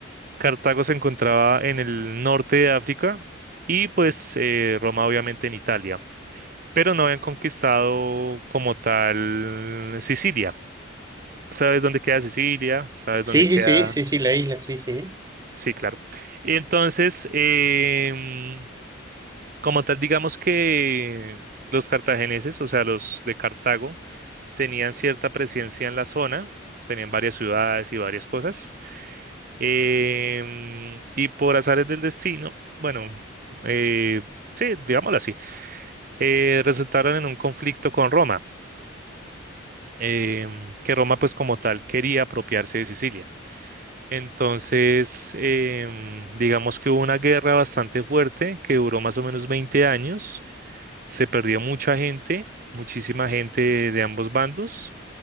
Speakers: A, on the right; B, on the right.
A: Cartago se encontraba en el norte de África y pues eh, Roma obviamente en Italia, pero no habían conquistado como tal Sicilia. ¿Sabes dónde queda Sicilia? ¿Sabes
B: Sí,
A: dónde queda?
B: sí, sí, sí, sí, la isla, sí, sí.
A: Sí, claro. Entonces, em, Como tal, digamos que los cartagineses, o sea, los de Cartago, tenían cierta presencia en la zona, tenían varias ciudades y varias cosas. em, y por azares del destino, bueno, eh, sí, digámoslo así, eh, resultaron en un conflicto con Roma, em, que Roma pues como tal quería apropiarse de Sicilia. Entonces, em, digamos que hubo una guerra bastante fuerte que duró más o menos veinte años se perdió mucha gente, muchísima gente de ambos bandos,